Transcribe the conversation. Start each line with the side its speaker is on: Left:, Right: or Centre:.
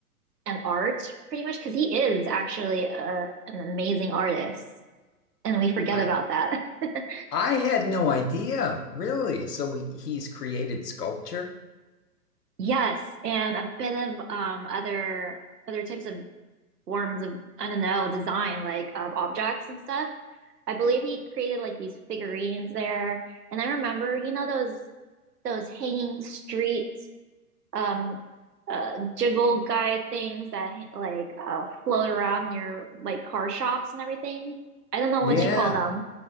Right: and art pretty much because he is actually uh an amazing artist and we forget
Left: I
Right: about that. <laughs>
Left: I had no idea, really. So he- he's created sculpture?
Right: Yes, and a bit of um other other types of forms of I don't know design like um, objects and stuff. I believe he created like these figurines there. And I remember, you know, those those hanging streets, um, uh, jiggle guy things that like uh float around near like car shops and everything. I don't know
Left: Yeah.
Right: what you call them,